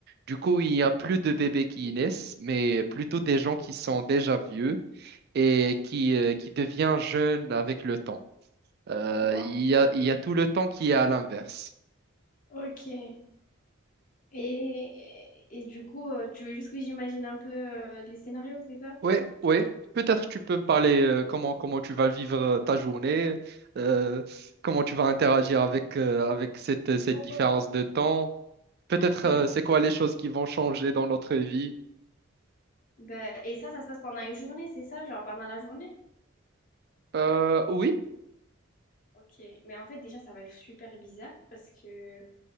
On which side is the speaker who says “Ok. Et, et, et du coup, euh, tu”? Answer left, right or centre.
Left